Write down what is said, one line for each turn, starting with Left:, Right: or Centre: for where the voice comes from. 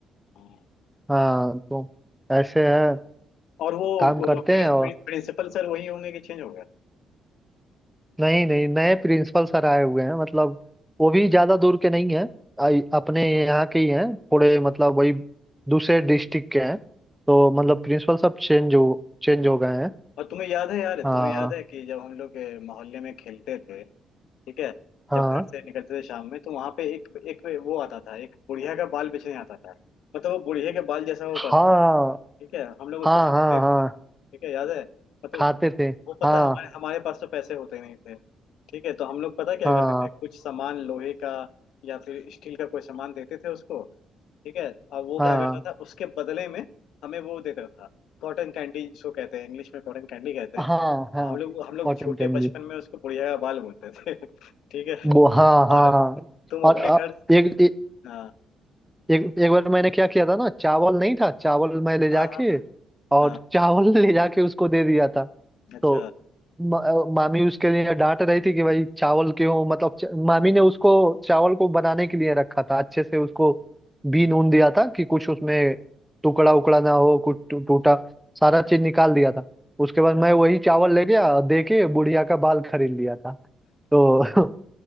Left: हाँ।
Centre: हाँ तो ऐसे है
Left: और वो,
Centre: काम
Left: वो
Centre: करते
Left: प्रि,
Centre: हैं और
Left: प्रि, प्रिंसिपल सर वही होंगे कि चेंज हो गए
Centre: नहीं नहीं नए प्रिंसिपल सर आए हुए हैं मतलब
Left: अच्छा
Centre: वो भी ज्यादा दूर के नहीं हैं आई- अपने यहाँ के ही हैं थोड़े मतलब वही दूसरे डिस्ट्रिक्ट के हैं तो मतलब प्रिंसिपल सब चेंज हो चेंज
Left: अच्छा।
Centre: हो गए हैं
Left: और तुम्हें याद है यार
Centre: हाँ
Left: तुम्हें याद है कि जब हम लोग अ, मोहल्ले में खेलते थे ठीक है
Centre: हाँ
Left: जब घर से निकलते थे शाम में तो वहां पे एक एक वो आता था एक बुढ़िया का बाल बेचने आता था मतलब वो बुढ़िया के बाल जैसा होता
Centre: हाँ
Left: था ठीक है हम लोग उसको
Centre: हाँ
Left: खाते
Centre: हाँ
Left: थे
Centre: हाँ
Left: ठीक है याद है मतलब
Centre: खाते थे
Left: वो पता
Centre: हाँ
Left: है, हमारे हमारे पास तो पैसे होते नहीं थे ठीक है तो हम लोग पता क्या
Centre: हाँ
Left: करते थे कुछ सामान लोहे का या फिर स्टील का कोई सामान देते थे उसको ठीक है और वो
Centre: हाँ
Left: क्या करता था उसके बदले में हमें वो देता था कॉटन कैंडी जिसको कहते हैं इंग्लिश में कॉटन कैंडी कहते हैं
Centre: हाँ हाँ
Left: हम लोग हम लोग
Centre: कॉटन
Left: छोटे
Centre: कैंडी
Left: बचपन में उसको बुढ़िया का बाल बोलते थे <laughs> ठीक है
Centre: वो हाँ हाँ
Left: और
Centre: हाँ।
Left: तुम
Centre: और
Left: अपने
Centre: अ,
Left: घर
Centre: एक
Left: हाँ
Centre: एक एक बार मैंने क्या किया था ना चावल नहीं था चावल मैं ले
Left: हाँ
Centre: जाके
Left: हाँ
Centre: और
Left: हाँ
Centre: चावल <laughs> ले जाके उसको दे दिया था
Left: अच्छा
Centre: तो म- अ, मामी उसके लिए डांट रही थी कि भाई चावल क्यों मतलब च- मामी ने उसको चावल को बनाने के लिए रखा था अच्छे से उसको बीन ऊन दिया था कि कुछ उसमें टुकड़ा उकड़ा ना हो कुछ टू- टूटा सारा चीज निकाल दिया था उसके
Left: अच्छा
Centre: बाद मैं वही चावल ले गया दे के बुढ़िया का बाल खरीद लिया था तो